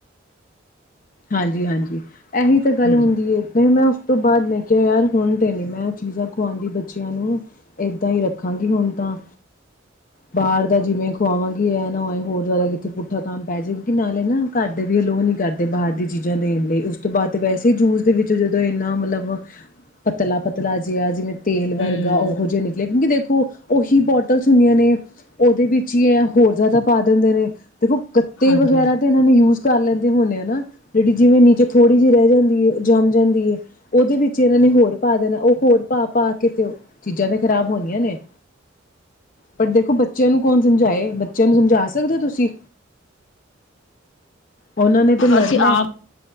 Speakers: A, on the left; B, on the left.
A: ਹਾਂਜੀ ਹਾਂਜੀ। ਇਹੀ ਤਾਂ ਗੱਲ
B: ਹਮ
A: ਹੁੰਦੀ ਹੈ ਨਹੀਂ ਮੈਂ। ਉਸ ਤੋਂ ਬਾਅਦ ਮੈਂ ਕਿਹਾ ਯਾਰ ਹੁਣ ਤੇ ਨੀ ਮੈਂ ਚੀਜ਼ਾਂ ਖੁਵਾਉਂਦੀ ਬੱਚਿਆਂ ਨੂੰ ਏਦਾਂ ਹੀ ਰੱਖਾਂਗੀ ਹੁਣ ਤਾਂ ਬਾਹਰ ਦਾ ਜਿਵੇਂ ਖਵਾਵਾਂਗੀ। ਕੀ ਇਹ ਨਾ ਹੋਏ ਹੋਰ ਜ਼ਿਆਦਾ ਕਿੱਥੇ ਪੁੱਠਾ ਕੰਮ ਪੈ ਜਾਵੇ। ਨਾਲੇ ਨਾ ਘਰਦੇ ਵੀ ਅਲੋਹ ਨੀ ਕਰਦੇ। ਅਤੇ ਬਾਹਰ ਦੀ ਚੀਜ਼ਾਂ ਦੇਣ ਲਈ ਉਸ ਤੋਂ ਬਾਅਦ ਵੈਸੇ ਹੀ ਜੂਸ ਦੇ ਵਿੱਚ ਜਦੋਂ ਇੰਨਾ ਮਤਲਬ ਪਤਲਾ ਪਤਲਾ ਜਿਹਾ ਜਿਵੇਂ। ਤੇਲ ਵਰਗਾ
B: ਹਮ
A: ਉਹੋ ਜਿਹੇ ਨਿਕਲੇ ਕਿਉਂਕਿ ਦੇਖੋ ਉਹੀ ਬੋਟਲਸ ਹੁੰਦੀਆਂ ਨੇ ਉਹਦੇ ਵਿੱਚ ਹੀ ਹੈ ਹੋਰ ਜ਼ਿਆਦਾ ਪਾ ਦਿੰਦੇ ਨੇ। ਦੇਖੋ। ਕੱਤੇ
B: ਹਮ
A: ਵਗੈਰਾ ਤੇ ਇਹਨਾਂ ਨੇ ਯੂਜ। ਕਰ ਲੈਂਦੇ ਹੋਣੇ ਆ। ਹਨਾ ਜਿਹੜੀ ਜਿਵੇਂ ਨੀਚੇ ਥੋੜੀ ਜਿਹੀ ਰਹਿ ਜਾਂਦੀ ਹੈ ਜੰਮ ਜਾਂਦੀ ਹੈ ਉਹਦੇ ਵਿੱਚ ਇਹਨਾਂ ਨੇ ਹੋਰ ਪਾ ਦੇਣਾ ਉਹ ਹੋਰ ਪਾ ਪਾ ਕੇ ਤੇ ਚੀਜ਼ਾਂ ਨੇ ਖ਼ਰਾਬ ਹੋਣੀਆਂ ਨੇ ਪਰ ਦੇਖੋ ਬੱਚਿਆਂ ਨੂੰ ਕੌਣ ਸਮਝਾਏ ਬੱਚਿਆਂ ਨੂੰ ਸਮਝਾ ਸਕਦੇ ਹੋ ਤੁਸੀਂ। ਉਹਨਾਂ ਨੇ। ਲੜਨਾ।
B: ਅਸੀਂ ਆਪ